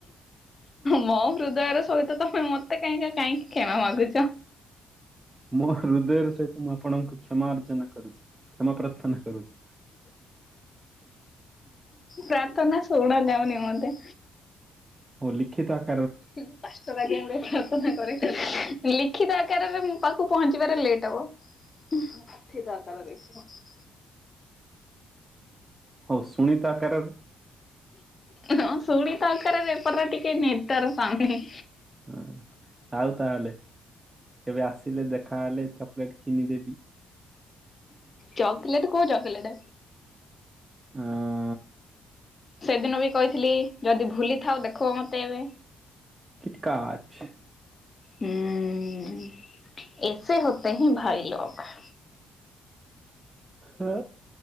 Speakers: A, on the left; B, on the right.
A: ମୋ ହୃଦୟର ସହିତ ତୋମେ ମୋତେ କାହିଁକ କାହିଁକି କ୍ଷମା ମାାଗୁଚ।
B: ମୋ ହୃଦୟର ସହିତ ମୁଁ ଆପଣଙ୍କୁ କ୍ଷମା ଅର୍ଚ୍ଚନା କରୁଛି। କ୍ଷମା ପ୍ରାର୍ଥନା କରୁଛି।
A: ପ୍ରାର୍ଥନା ଶୁଣା ଯାଉନି ମୋତେ।
B: ଓ ଲିଖିତ ଆ
A: ହୁଁ, ପାନ୍ସ ଟଙ୍କା କେ <unintelligible> ଲିଖିତ ଆକାରରେ ମୋ ପାଖକୁ ପହଞ୍ଚିବାରେ ଲେଟ୍ ହବ। <unintelligible> ଦରକାର <unintelligible>
B: ହଉ ଶୁଣିତ ଆକାରରେ?
A: ହଁ ଶୁଣି ତାଙ୍କର ରେପରୁଆ ଟିକେ ନେଟୱାର୍କ ପାଉନି।
B: ହଁ ଆଉ ତାହେଲେ କେବେ ଆସିଲେ ଦେଖାହେଲେ ଚକୋଲେଟ୍ କିନିଦେବି।
A: ଚକୋଲେଟ୍ କୋଉ ଚକୋଲେଟେ?
B: ଅଁ,
A: ସେଦିନ ବି କହିଥିଲି ଯଦି ଭୁଲି ଥାଅ ଦେଖ ମୋତେ ଏବେ।
B: କିଟକାଚ।
A: ହୁଁ, ଏସେ ହତେ ହେଁ ଭାଇ ଲୋଗ।
B: ହେ